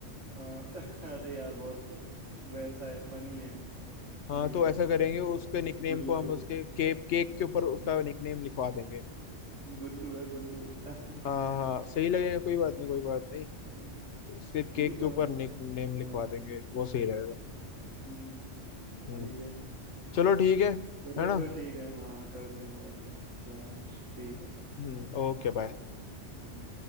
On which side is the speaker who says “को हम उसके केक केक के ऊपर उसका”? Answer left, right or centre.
Left